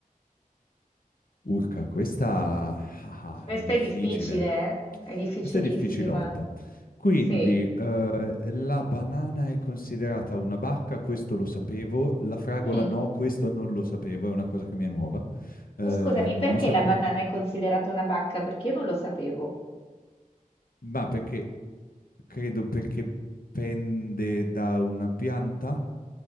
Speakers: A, on the left; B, on the left.
A: Urca, questa ah,
B: Questa
A: ah, è difficile.
B: è difficile, eh? È difficilissima.
A: Questa è difficilotta. Quindi,
B: Sì.
A: eh, la banana è considerata una bacca, questo lo sapevo. La fragola
B: Mm,
A: no, questo non lo sapevo, è una cosa che mi è nuova. Eh,
B: Scusami,
A: non,
B: perché
A: non sa-
B: la banana
A: non-
B: è considerata una bacca? Perché io non lo sapevo.
A: ma perché credo perché pende da una pianta,